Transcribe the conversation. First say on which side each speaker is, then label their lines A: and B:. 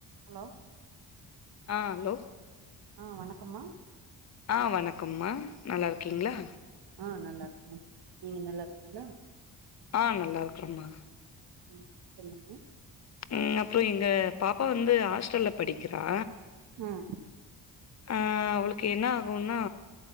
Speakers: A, on the right (about 50°); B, on the left (about 35°).
A: Hello
B: ஆ hello
A: ஆ வணக்கம்மா
B: ஆ வணக்கம்மா நல்லாருக்கீங்ளா
A: ஆ நல்லா இருக்கே நீங்க நல்லாருக்கீங்களா
B: ஆ நல்லா இருக்கறோமா
A: ம் சொல்லுங்க
B: ம் அப்புறம் எங்க பாப்பா வந்து ஹாஸ்டல்ல படிக்கிறா
A: ம்
B: ஆ அவளுக்கு என்ன ஆகும்ன்னா